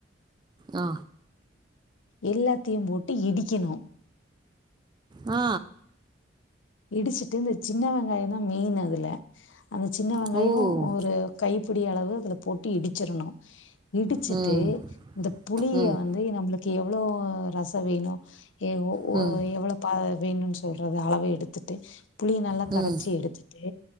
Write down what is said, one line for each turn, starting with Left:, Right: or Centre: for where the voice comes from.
Right: ஆ
Left: எல்லாத்தையு போட்டு இடிக்கணும்
Right: ஆ
Left: இடிச்சுட்டு இந்த சின்ன வெங்காயந்தா மெயினு அதுல அந்த சின்ன வெங்காயோ
Right: ஓ!
Left: ஒரு கைப்புடி அளவு அதுல போட்டு இடுச்சுறணு இடுச்சுட்டு
Right: ம். ம்.
Left: இந்த புளிய
Right: ம்.
Left: வந்து நம்மளுக்கு எவ்ளோ ரசம் வேணு எவ்வ ஓ
Right: ம்.
Left: எவ்வளவு பா வேணுன்னு சொல்றது அளவ எடுத்து த்து புளிய நல்லா
Right: ம்.
Left: கரைச்சு எடுத்துட்டு